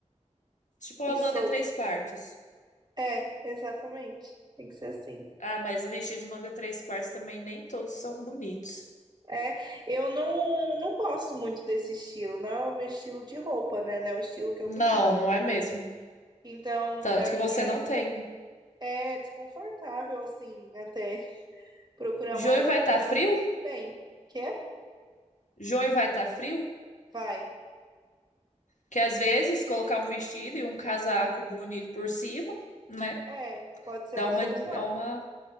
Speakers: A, on the left; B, on the right.
A: tipo
B: E
A: a
B: solto.
A: manga três quartos.
B: É, exatamente. Tem que ser assim.
A: Ah, mas o vestido de manga três quartos também nem todos são bonitos.
B: É, eu não, não gosto muito desse estilo. Não é o meu estilo de roupa, né? Não é o estilo que eu
A: Não,
B: me visto.
A: não é mesmo.
B: Então,
A: Tanto
B: pra
A: que
B: mim
A: você
B: é,
A: não tem, né?
B: é desconfortável, assim, até procurar
A: Junho
B: uma roupa
A: vai
B: assim,
A: estar
B: porque
A: frio?
B: eu não me sinto bem. Quer?
A: Junho vai estar frio?
B: Vai.
A: Que às vezes colocar um vestido e um casaco bonito por cima, né?
B: É, pode ser
A: Dá
B: uma
A: uma,
B: solução.
A: dá uma